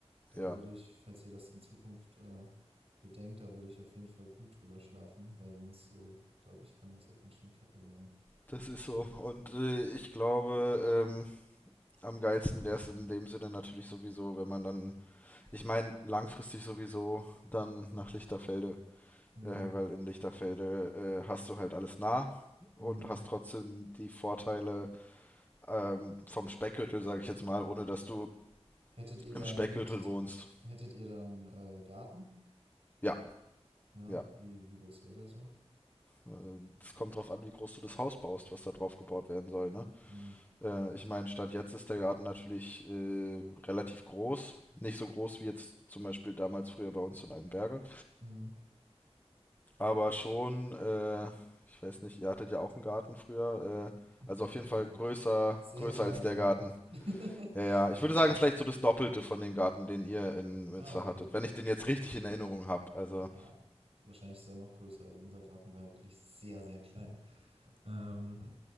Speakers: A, on the right; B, on the left.
A: da
B: Ja.
A: würde ich, falls ihr das in Zukunft äh, bedenkt, da würde ich auf jeden Fall gut drüber schlafen, weil sonst, äh, glaube ich, kann das auch ganz schön kacke werden.
B: Das ist so. Und äh, ich glaube, ähm, am geilsten wäre es in dem Sinne natürlich sowieso, wenn man dann, ich meine, langfristig sowieso dann nach Lichterfelde,
A: Hm,
B: äh, weil in Lichterfelde äh, hast du halt alles nah und
A: hm.
B: hast trotzdem die Vorteile ähm, vom Speckgürtel, sage ich jetzt mal, ohne dass du
A: Hättet ihr dann,
B: im Speckgürtel
A: hättet,
B: wohnst.
A: hättet ihr dann äh, Garten?
B: Ja,
A: Ja,
B: ja.
A: wie, wie groß wäre der so?
B: Äh, Es kommt drauf an, wie groß du das Haus baust, was da drauf gebaut werden soll, ne?
A: Hm,
B: Äh, ich meine, Stand jetzt ist der Garten natürlich äh, relativ groß. Nicht so groß wie jetzt zum Beispiel damals früher bei uns in Altenberge.
A: hm.
B: Aber schon, äh, ich weiß nicht, ihr hattet ja auch einen Garten früher. Äh,
A: <laughs>
B: also
A: Na,
B: auf jeden
A: wir hätten
B: Fall
A: sie.
B: größer,
A: Sehr
B: größer
A: kleinen
B: als der
A: Garten.
B: Garten.
A: <laughs>
B: Ja, ja. Ich
A: Ja,
B: würde
A: das
B: sagen,
A: kannst.
B: vielleicht so das Doppelte von dem Garten, den ihr in Münster
A: Ah, okay.
B: hattet. Wenn ich den jetzt richtig in Erinnerung habe. Also,
A: Ja, wahrscheinlich ist er noch größer. Also unser Garten war ja wirklich sehr, sehr klein. Ähm,